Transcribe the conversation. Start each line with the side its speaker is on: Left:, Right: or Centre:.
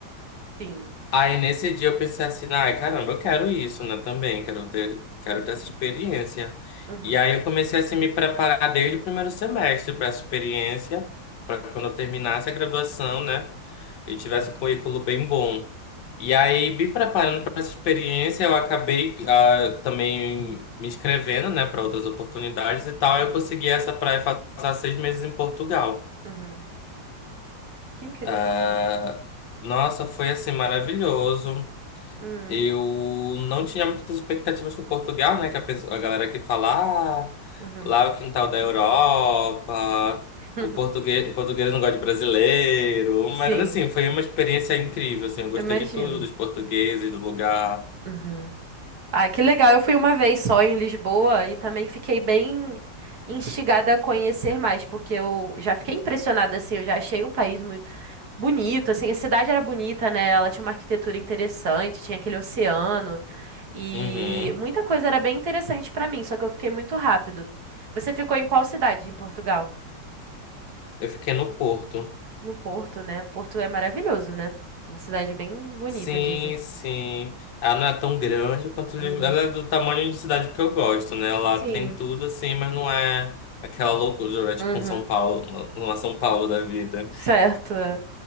Right: Sim.
Left: Aí nesse dia eu pensei assim, ai caramba, eu quero isso, né, também, quero ter, quero ter essa experiência.
Right: Uhum.
Left: E aí eu comecei assim, a me preparar desde o primeiro semestre para essa experiência, para quando eu terminasse a graduação, né, eu tivesse um currículo bem bom. E aí, me preparando para essa experiência, eu acabei ah, também me inscrevendo, né, para outras oportunidades e tal. Aí
Right: Uhum.
Left: Eu consegui essa para passar seis meses em Portugal.
Right: Uhum. Que incrível.
Left: Ah, nossa, foi assim maravilhoso.
Right: Uhum.
Left: Eu não tinha muitas expectativas com Portugal, né? Que a, pessoa- a galera que fala, ah,
Right: Uhum.
Left: lá é o quintal da Europa,
Right: <laughs>
Left: o português, o português não gosta de brasileiro.
Right: Sim.
Left: Mas assim, foi uma experiência incrível, assim, eu gostei
Right: Eu Imagino.
Left: de tudo, dos portugueses, do lugar.
Right: Uhum. Ah, que legal. Eu fui uma vez só em Lisboa e também fiquei bem instigada a conhecer mais, porque eu já fiquei impressionada, assim, eu já achei um país muito bonito, assim, a cidade era bonita, né? Ela tinha uma arquitetura interessante, tinha aquele oceano e
Left: Uhum.
Right: muita coisa era bem interessante pra mim, só que eu fiquei muito rápido. Você ficou em qual cidade em Portugal?
Left: Eu fiquei no Porto.
Right: No Porto, né? O Porto é maravilhoso, né? Uma cidade bem bonita,
Left: Sim,
Right: dizem.
Left: sim. Ela não é tão grande quanto
Right: Uhum.
Left: Lisboa. Ela é do tamanho de cidade que eu gosto, né? Ela
Right: Sim.
Left: tem tudo assim, mas não é aquela loucura, é tipo
Right: Uhum.
Left: um São Paulo, uma uma São Paulo da vida.
Right: Certo. é.